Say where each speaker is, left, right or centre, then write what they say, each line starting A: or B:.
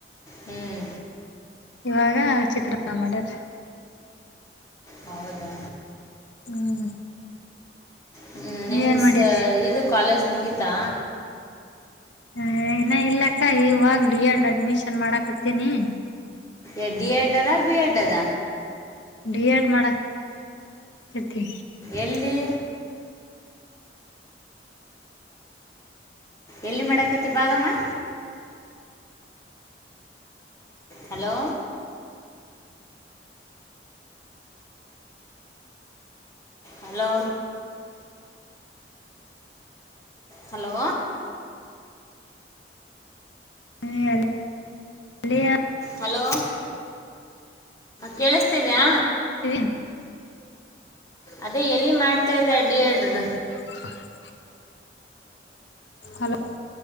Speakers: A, on the left; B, on the left.
A: ಹ್ಮ್
B: ಇವಾಗ ಚಿತ್ರನ್ನ ಮಾಡ್ಯ್ರರ್
A: ಹೌದಾ
B: ಹ್ಮ್
A: ಹ್ಮ್ ನಿನ್ನ
B: ನೀವೇನ್ ಮಾಡಿರಿ
A: ಸ ಇದು ಕಾಲೇಜ್ ಮುಗಿತಾ.
B: ಹಾ ಇನ್ನ ಇಲ್ಲಕ್ಕಾ <unintelligible> ಇವಾಗ ಡಿ ಎಡ್ ಅಡ್ಮಿಷನ್ ಮಾಡಕ್ ಹತ್ತೀನಿ.
A: ಎ ಡಿ ಎಡ್ ಅಲ್ಲ ಬಿ ಎಡ್ ಅದ.
B: ಬಿ ಡಿ ಎಡ್ ಮಾಡಕ್ಕ್ <unintelligible>
A: ಎಲ್ಲಿ. ಎಲ್ಲಿ ಮಾಡಕತ್ತಿ ಭಾಗಮ್ಮ. ಹಲೋ ಹಲೋ ಹಲೋ
B: ಹ್ಮ್ <unintelligible> ಅಲಿಯಾ
A: ಹಲೋ ಕೇಳಿಸ್ತಿದ್ಯಾ
B: <inaudible>
A: ಅದೇ ಎಲ್ಲಿ ಮಾಡ್ತಾ ಇದೆ ಅ ಡಿ ಎಡ್ಡ್ದ್
B: <inaudible> ಹಲೋ